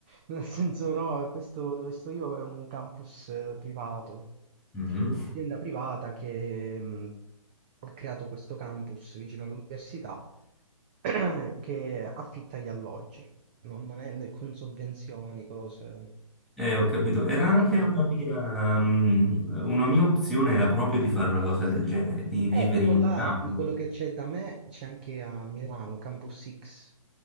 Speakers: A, on the right (about 20°); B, in the centre.
A: Nel senso, no, questo dove sto io è un campus eh, privato,
B: Mm.
A: Cioè, è un'azienda privata che mh, ha creato questo campus vicino all'università <clears throat> che affitta gli alloggi, non, non è né con sovvenzioni, cose.
B: Eh, ho capito. Era
A: Sarebbe
B: anche
A: bello.
B: una mia, mm, una mia opzione era proprio di fare una cosa del genere, di vivere
A: Eh, tipo
B: in un
A: là,
B: campus.
A: quello che c'è da me c'è anche a Milano, Campus X.